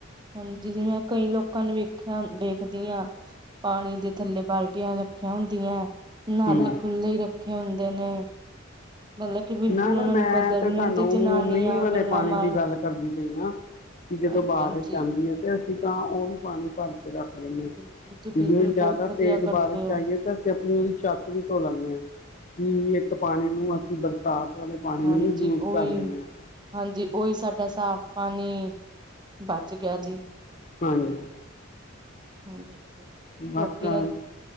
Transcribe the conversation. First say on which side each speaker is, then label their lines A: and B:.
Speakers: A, on the right (about 20°); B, on the left (about 40°).
A: ਹਾਂਜੀ ਜਿਵੇਂ ਕਈ ਲੋਕਾਂ ਨੂੰ ਵੇਖਿਆ ਵੇਖਦੀ ਹਾਂ ਪਾਣੀ ਦੇ ਥੱਲੇ ਬਾਲਟੀਆਂ ਰੱਖੀਆਂ ਹੁੰਦੀਆਂ ਨਾਲੇ
B: ਹਾਂ
A: ਖੁੱਲੇ ਈ ਰੱਖੇ ਹੁੰਦੇ ਨੇ। ਮਤਲਬ ਕਿ ਬਿਲਕੁਲ
B: ਨਾ ਨਾ
A: ਉਹਨਾਂ
B: ਮੈਂ
A: ਨੂੰ ਕਦਰ
B: ਤੇ
A: ਨੀ
B: ਤੁਹਾਨੂੰ
A: ਹੁੰਦੀ ਜਨਾਨੀਆਂ
B: ਮੀਂਹ ਵਾਲੇ
A: ਗੱਲਾਂ
B: ਪਾਣੀ
A: ਮਾਰ
B: ਦੀ ਗੱਲ ਕਰਦੀ ਪਈ ਆਂ। ਜਦੋਂ
A: ਹਾਂਜੀ
B: ਬਾਰਿਸ਼
A: ਹਾਂਜੀ
B: ਆਉਂਦੀ ਹੈ ਤੇ ਅਸੀਂ ਤਾਂ ਉਹ ਵੀ ਪਾਣੀ ਭਰ ਕੇ ਰੱਖ ਲੈਂਦੇਾਂਿ
A: ਬਿਲਕੁਲ ਜੀ ਬਿਲਕੁਲ
B: ਜਿਆਦਾ
A: ਬਹੁਤ ਵਧੀਆ
B: ਤੇਜ਼
A: ਕਰਦੇ
B: ਬਾਰਿਸ਼
A: ਹੋ
B: ਆਈਏ ਤਾਂ ਆਪਣੀ ਉਹਦੀ ਛੱਤ ਵੀ ਧੋ ਲੈਂਦੇ ਹਾਂ ਕਿ ਇੱਕ ਪਾਣੀ ਨੂੰ ਅਸੀਂ ਬਲ ਵਾਲੇ ਪਾਣੀ
A: ਹਾਂਜੀ
B: ਨੂੰ ਵੀ ਯੂਜ
A: ਉਹੀ
B: ਕਰ ਲੈਂਦੇ ਹਾਂ
A: ਹਾਂਜੀ ਉਹੀ ਸਾਡਾ ਸਾਫ਼ ਪਾਣੀ ਬਚ ਗਿਆ ਜੀ
B: ਹਾਂਜੀ
A: ਹਮ ਬਿਲਕੁਲ
B: ਬਸ
A: ਲੋਕਕ ਨਾ
B: ਆਹੀ